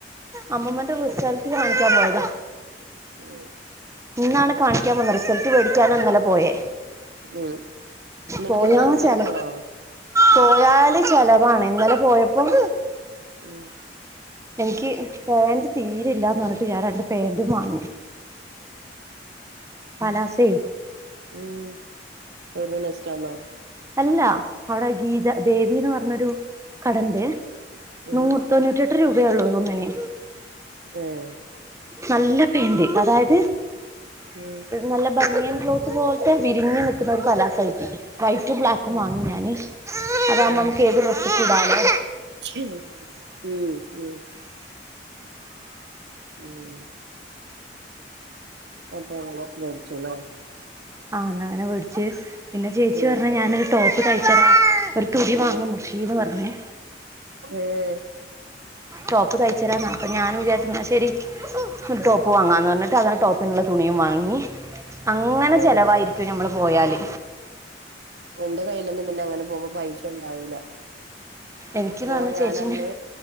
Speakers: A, on the right; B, on the right.
A: അമ്മമ്മന്റെ റിസൾട്ട് കാണിക്കാൻ പോയതാ
B: ഉം
A: ഇന്നാണ് കാണിക്കാൻ വന്ന് റിസൾട്ട് മേടിക്കാനാ ഇന്നലെ പോയേ
B: ഉം എന്നിട്ട്
A: പോയാ
B: ഇന്ന് കാണിക്കാനും
A: ചെല
B: പോണോ
A: പോയാല് ചെലവാണ് ഇന്നലെ പോയപ്പോൾ
B: ഉം
A: എനിക്ക് പാന്റ് തീരെയില്ലന്ന് പറഞ്ഞിട്ട് ഞാൻ രണ്ട് പാന്റും വാങ്ങി പലാസയെ
B: ഉം എവിടുന്നാ നെസ്റ്റോന്നോ
A: അല്ല അവിടെ ഗീത ദേവിന്ന് പറഞ്ഞൊരു കടുണ്ട്
B: ഉം
A: നൂ തൊണ്ണൂറ്റെട്ട് രൂപയാള്ളു ഒന്നിന്
B: ഏഹ്
A: നല്ല പെയിന്റ് അതായത്
B: ഉം
A: നല്ല ബയൻ ക്ലോത്ത് പോലത്തെ വിരിഞ്ഞ് നിൽക്കുന്ന ഒരു വൈറ്റും ബ്ലാക്കും
B: ഉം
A: വാങ്ങി ഞാന് അതാവകുമ്പോ
B: ഉം
A: നമുക്ക് ഏത് ഡ്രസ്സ കൂടെ ഇടാലോ
B: ഉം ഉം ഉം അപ്പ അങ്ങനെ വേടിച്ചൂല്ലെ
A: ആ അങ്ങനെ മേടിച്ചു പിന്നെ ചേച്ചി
B: ഉം
A: പറഞ്ഞ് ഞാനൊരു ടോപ്പ തയ്ച്ച തരാ ഒരു തുണ്ടി വാങ്ങ്
B: ഉം
A: മുർശീന്ന് പറഞ്ഞേ
B: ഏഹ്
A: ടോപ്പ് തയ്ച്ചരാന്ന അപ്പൊ ഞാൻ വിചാരിച്ച എന്നാ ശരി ഉപ്പ് വാങ്ങാന്ന് പറഞ്ഞിട്ട് അങ്ങനെ ടോപ്പിനുള്ള തുണിയും വാങ്ങി അങ്ങനെ
B: ഏഹ്
A: ചിലവായിരിക്കും നമ്മൾ പോയാല്
B: എന്റെ കയ്യിലൊന്നും പിന്നെ അങ്ങനെ പോകുമ്പോ പൈസ ഉണ്ടാവൂല്ല
A: എനിക്ക്ന്ന്
B: ഇപ്പൊ
A: പറഞ്ഞ
B: ഞാൻ
A: ചേച്ചീന്റെ
B: അന്ന്